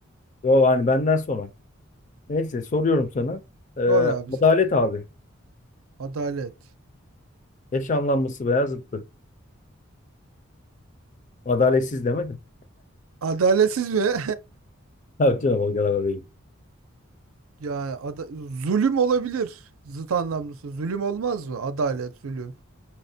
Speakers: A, on the left; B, on the right.
A: Yo hani benden sonra. Neyse soruyorum sana. Ee,
B: Sor abi sen.
A: adalet abi.
B: Adalet.
A: Eş anlamlısı veya zıttı. Adaletsiz demedim.
B: Adaletsiz mi? <laughs>
A: Tabii canım o kadar da değil.
B: Yani ada- zulüm olabilir. Zıt anlamlısı. Zulüm olmaz mı? Adalet, zulüm.